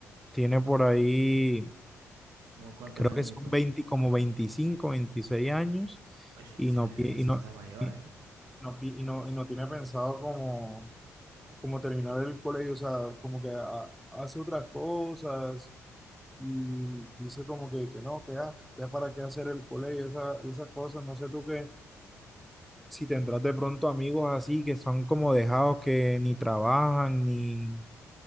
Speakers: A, in the centre; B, on the right.
A: tiene por ahí,
B: ¿Como cuántos
A: creo
B: añitos?
A: que son 20 como 25 26 años
B: Oye, eso,
A: y no,
B: eso
A: pi- y no,
B: está mayor,
A: y
B: ¿eh?
A: no, pi- y no, y no tiene pensado como, como terminar el colegio, o sea, como que ha- hace otras cosas y dice como que, que no, que ah, ya para qué hacer el colegio, esa- esas cosas, no sé tú qué. si tendrás de pronto amigos así que son como dejados que ni trabajan ni,